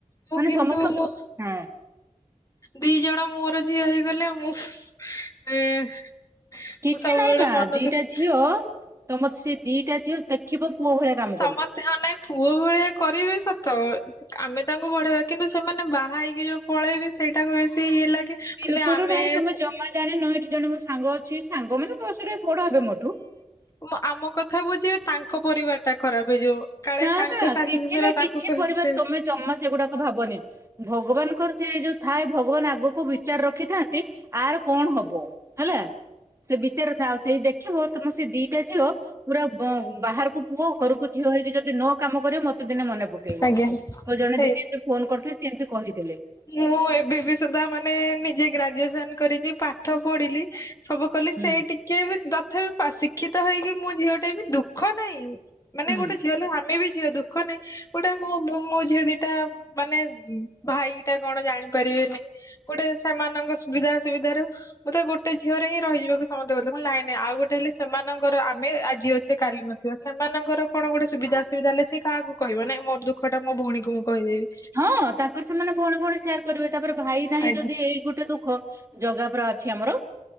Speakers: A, on the left (about 25°); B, on the right (about 20°).
A: ମୁଁ
B: ମାନେ
A: କିନ୍ତୁ
B: ସମସ୍ତଙ୍କ
A: ମୁଁ
B: ହଁ
A: ଦି ଜଣ ମୋର ଝିଅ ହେଇଗଲେ ଆ ମୁଁ ଏ ମୁଁ
B: କିଛି
A: ସବୁବେଳେ
B: ନାହିଁ ମା
A: ମନ
B: ଦିଟା
A: ଦୁଃଖ
B: ଝିଅ ତମର ସେ ଦିଟା ଝିଅ ଦେଖିବ ପୁଅ ଭଳିଆ କାମ
A: ସମସ୍ତେ
B: କରିବେ।
A: ହଁ ନାଇଁ ପୁଅ ଭଳିଆ କରିବି ସତ ଆମେ ତାଙ୍କୁ ବଢେଇବା କିନ୍ତୁ ସେମାନେ ବାହା ହେଇକି ଯୋଉ ପଳେଇବେ ସେଇଟାକୁ ବେଶୀ ଇଏ ଲାଗେ।
B: ବିଲକୁଲ
A: କହିଲେ ଆମେ
B: ନାହିଁ ତୁମେ ଜମା ଜାଣିନ ଏଇଠି ଜଣେ ମୋର ସାଙ୍ଗ ଅଛି ସାଙ୍ଗ ମାନେ ବୟସରେ ବଡ଼ ହେବେ ମୋଠୁ
A: ମୁଁ ଆମ କଥା ବୁଝିବେ ତାଙ୍କ ପରିବାର ଟା ଖରାପ ହେଇଯିବ। କାଳେ
B: ନା
A: ତାଙ୍କ
B: ନା
A: ଶାଶୁ
B: କିଛି
A: ଶ୍ୱଶୁର
B: ନା କିଛି
A: ତାଙ୍କୁ କହିବେ
B: ପରିବାର ତମେ ଜମା ସେଗୁଡାକ ଭାବନି। ଭଗବାନଙ୍କର ସେ ଯୋଉ ଥାଏ ଭଗବାନ ଆଗକୁ ବିଚାର ରଖିଥାନ୍ତି। ଆର୍ କଣ ହବ? ହେଲା ସେ ବିଚାର ଥାଉ ସେଇ ଦେଖି ଖିବ ତମ ସେ ଦିଟା ଝିଅ ପୁରା ବାହାରକୁ ପୁଅ ଘରକୁ ଝିଅ ହେଇକି ଯ ଦି ନ କାମ କରିବି ମୋତେ ଦିନେ ମନେ ପକେଇବ।
A: ଆଜ୍ଞା
B: ମୋ ଜଣେ
A: ସେଇ
B: ଦିଦି ଏମିତି ଫୋନ କରିଥିଲେ ସେ ଏମିତି କହିଥିଲେ।
A: ମୁଁ ଏବେ ବି ସୁଧା ମାନେ ନିଜେ ଗ୍ରାଜୁଏସନ କରିକି ପାଠ ପଢିଲି ସବୁ କଲି
B: ହୁଁ
A: ସେଇ ଟିକେ ବି ତଥାପି ପା ଶିକ୍ଷିତ ହେଇକି ମୁଁ ଝିଅ ଟେ ବି ଦୁଃଖ ନାହିଁ। ମାନେ
B: ହୁଁ।
A: ଗୋଟେ ଝିଅ ହେଲେ ଆମେ ବି ଝିଅ ଦୁଃଖ ନାଇଁ। ଗୋଟେ ମୋ ମୋ ଝିଅ ଦିଟା ମାନେ ଭାଇ ଟା କଣ ଜାଣିପାରିବେନି। ଗୋଟେ ସାମାନଙ୍କ ସୁବିଧା ଅସୁବିଧ ରୁ ମତେ ଗୋଟେ ଝିଅରେ ହିଁ ରହିଯିବାକୁ ସମସ୍ତେ କହୁଥିଲେ ମୁଁ କଇଲି ନାଇଁ ନାଇଁ ଆଉ ଗୋଟେ ହେଲେ ସେମାନଙ୍କର ଆମେ ଆଜି ଅଛେ କାଲି ନ ଥିବା ସେମାନଙ୍କ କଣ ଗୋଟେ ସୁବିଧା ଅସୁବିଧା ହେଲେ ସେ କାହାକୁ କହିବ ନାଇ ମୋ ଦୁଃଖ ଟା ମୋ ଭଉଣିକୁ ମୁଁ କହିଦେବି।
B: ହଁ ତାଙ୍କର ସେମାନେ ଭଉଣୀ ଭଉଣୀ ସେୟାର କରିବେ। ତାପରେ ଭାଇ ନାହିଁ
A: ଆଜ୍ଞା
B: ଯଦି ଏଇ ଗୋଟେ ଦୁଃଖ ଜାଗା ପରା ଅଛି ଆମର।